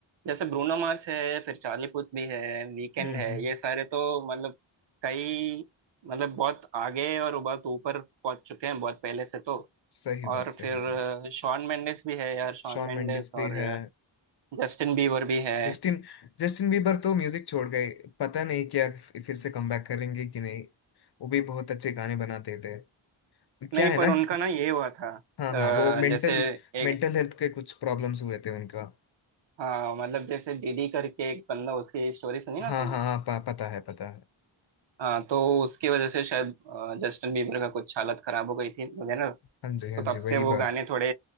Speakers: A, on the right (about 65°); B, on the left (about 55°).
A: जैसे ब्रूनो मार्स है फिर चार्ली पुथ भी है वीकेंड
B: हम्म
A: है
B: हम्म
A: ये सारे तो मतलब कई मतलब बहुत आगे और बहुत ऊपर पहुंच चुके हैं बहुत पहले से तो
B: सही
A: और
B: बात सही
A: फिर
B: बात
A: अ, शॉन मेंडेस भी है यार शॉन
B: शॉन
A: मेंडेस
B: मेंडिस
A: और
B: भी
A: अ,
B: है
A: जस्टिन बीबर भी है
B: जस्टिन जस्टिन बीबर तो म्यूजिक छोड़ गए पता नहीं क्या फिर से कमबैक करेंगे कि नहीं वो भी बहुत अच्छे गाने बनाते थे क्या
A: नहीं
B: है
A: पर
B: ना
A: उनका
B: कि-
A: ना ये हुआ था अ,
B: हाँ हाँ वो मेंटल
A: जैसे
B: मेंटल
A: एक
B: हेल्थ के कुछ प्रॉब्लम्स हुए थे उनका
A: हाँ मतलब जैसे डीडी करके एक बंदा उसकी स्टोरी सुनी
B: हाँ
A: ना तुमने
B: हाँ हाँ, प, पता है पता है
A: हाँ तो उसकी वजह से शायद अ, जस्टिन बीबर का कुछ हालत खराब हो गई थी वगैरह
B: हाँ जी हाँ
A: तो तब
B: जी वही
A: से वो
B: बात
A: गाने थोड़े